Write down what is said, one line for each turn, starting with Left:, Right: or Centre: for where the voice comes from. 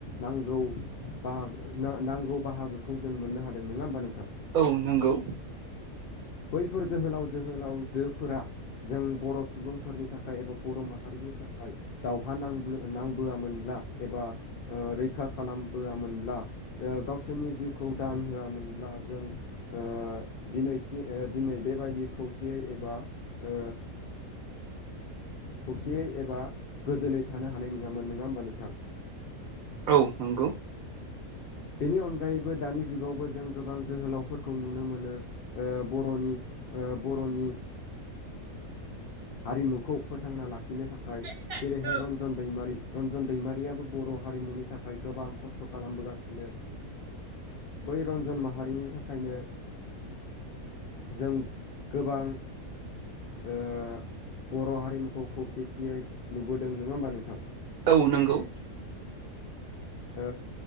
Left: नांगौ बाहाग नांगौ बाहागोखौ जों मोननो हादों नङा होमबा नोंथां‌?
Right: औ नंगौ
Left: बैफोर जोहोलाव जोहोलावजोफोरा। जों बर सुबुंफोरनि थाखाय एबा बर माहारिनि थाखाय दावहा नां नांबोआमोनब्ला एबा रैखा खालामबोआमोनब्ला गावसोरनि जिउखौ दान होआमोनब्ला जों ओ-दिनै दिनै बेबायदि खौसेयै एबा ओ खौसेयै एबा गोजोनै थानो हानाय नङामोन नङा होमबा नोंथां?
Right: औ नंगौ
Left: बेनि अनगायैबो दानि जुगावबो जों गोबां जोहोलावफोरखौ नुनो मोनो। ओ-बरनि ओ-बरनि हारिमुखौ फोथांना लाखिनो थाखाय
Right: औ
Left: जेरैहाय रन्जन दैमारि। रन्जन दैमारियाबो बर हारिमुनि थाखाय गोबां खस्थ खालामबोगासिनो। बै रन्जन माहारिनि थाखायनो। जों गोबां ओ बर हारिमुखौ खौसेथियै नुबोदों नङा होनबा नोंथां?
Right: औ नंगौ
Left: ओ